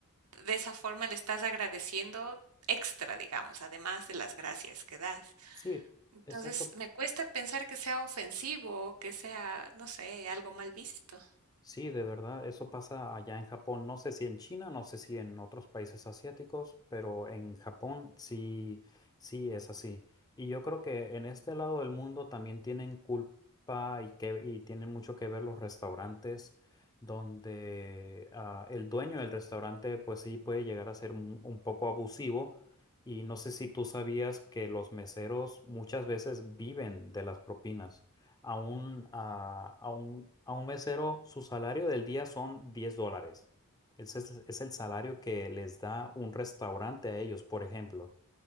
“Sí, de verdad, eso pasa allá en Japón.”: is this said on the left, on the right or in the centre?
Left